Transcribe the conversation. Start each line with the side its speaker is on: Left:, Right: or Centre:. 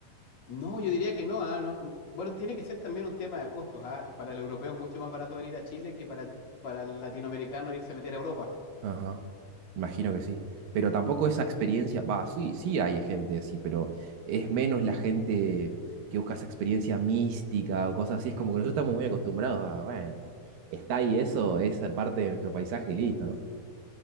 Left: No, yo diría que no, ah, no. Bueno, tiene que ser también un tema de costos, ah. Para el europeo es mucho más barato venir a Chile que para el, para el latinoamericano irse a meter a Europa.
Right: Ajá. Imagino que sí. Pero tampoco esa experiencia, va, sí, sí hay gente así, pero es menos la gente que busca esa experiencia mística o cosas así. Es como que nosotros estamos muy acostumbrados a, bueno, está ahí eso, esa parte de nuestro paisaje y listo, ¿no?